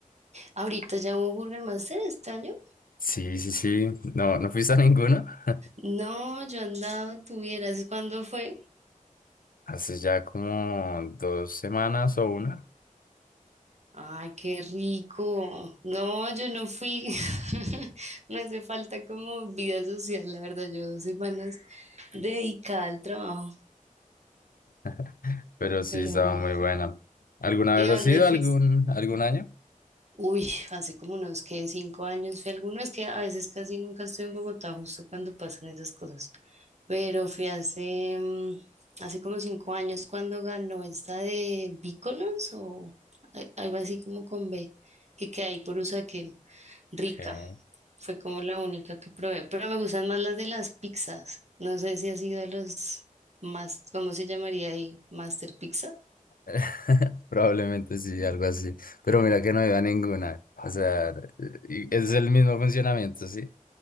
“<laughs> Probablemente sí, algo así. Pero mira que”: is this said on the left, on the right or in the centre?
Left